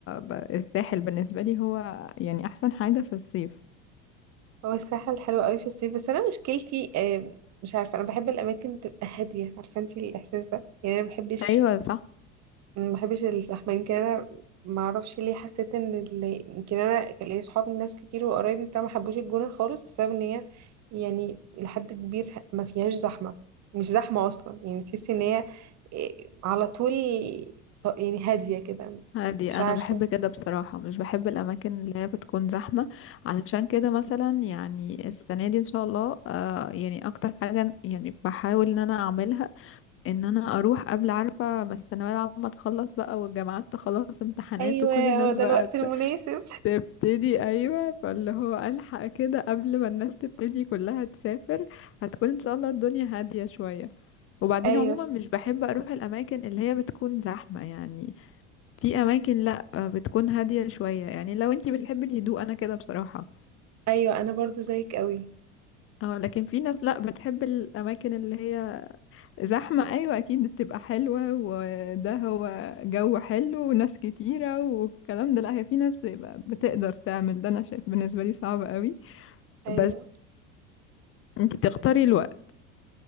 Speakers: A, on the left; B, on the right.
A: ب... الساحل بالنسبة لي هو يعني احسن حاجة في الصيف
B: هو الساحل حلو قوي في الصيف بس أنا مشكلتي آم، مش عارفة أنا بحب الأماكن تبقى هادية عارفة انتي الإحساس ده يعني أنا مبحبش
A: ايوه صح
B: ما بحبش الزحمه يمكن انا ما اعرفش ليه حسيت ان اللي يمكن انا كان ليا صحاب ناس كتير وقرايبي بتاع ما حبوش الجونه خالص بسبب ان هي يعني لحد كبير ما فيهاش زحمه مش زحمه اصلا يعني تحسي ان هي إيه، على طول ط- يعني هاديه كده
A: هادي
B: مش
A: انا
B: عارفه
A: بحب كده بصراحه مش بحب الاماكن اللي هي بتكون زحمه علشان كده مثلا يعني السنه دي ان شاء الله آه يعني اكتر حاجه يعني بحاول ان انا اعملها ان انا اروح قبل عارفه ما الثانويه العامه تخلص بقى والجامعات تخلص امتحانات
B: ايوه
A: وكل الناس
B: هو ده
A: بقى
B: الوقت
A: ت-
B: المناسب
A: تبتدي ايوه فاللي هو الحق كده قبل ما الناس تبتدي كلها تسافر هتكون ان شاء الله الدنيا هاديه شويه وبعدين
B: <laughs> ايوه
A: عموما مش بحب اروح الاماكن اللي هي بتكون زحمه يعني في اماكن لا آه، بتكون هاديه شويه يعني لو انتي بتحبي الهدوء انا كده بصراحه
B: ايوه انا برضو زيك قوي
A: اه لكن في ناس لا بتحب الاماكن اللي هي زحمه ايوه اكيد بتبقى حلوه وده هو جو حلو وناس كتيره والكلام ده لا هي في ناس بتبقى بتقدر تعمل ده انا شايف بالنسبه لي صعب قوي
B: ايوه
A: بس انتي تختاري الوقت